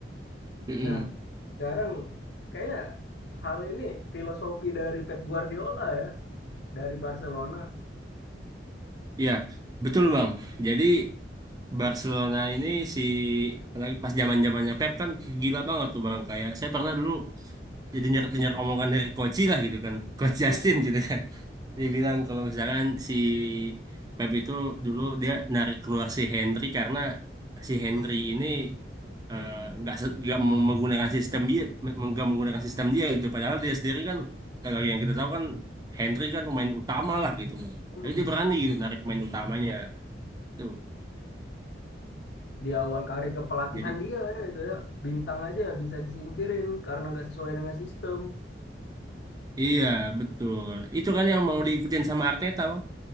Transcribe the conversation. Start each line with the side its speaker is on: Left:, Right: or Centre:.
Right: Mm-mm.
Left: Nah, sekarang kayaknya hal ini filosofi dari Pep Guardiola dari Barcelona
Right: iya betul bang jadi Barcelona ini si apalagi pas zaman zamannya Pep kan gila banget tuh bang kayak saya pernah dulu jadi dengar dengar omongan dari Koci lah gitu kan <laughs> Coach
Left: ya
Right: Justin gitu kan. Dia bilang kalau misalkan si Pep itu dulu dia narik keluar si Henry karena si Henry ini eh, nggak se- nggak mem- menggunakan sistem dia me- nggak menggunakan sistem dia gitu. Padahal dia sendiri kan kalau yang kita tahu kan Henry kan pemain utama lah gitu bang.
Left: hmm,
Right: Tapi dia berani gitu narik pemain utamanya tuh.
Left: di awal karir kepelatihan
Right: Jadi
Left: dia ya, itu ya bintang aja bisa disingkirin karena nggak sesuai dengan sistem
Right: iya betul. Itu kan yang mau diikutin sama Arteta bang.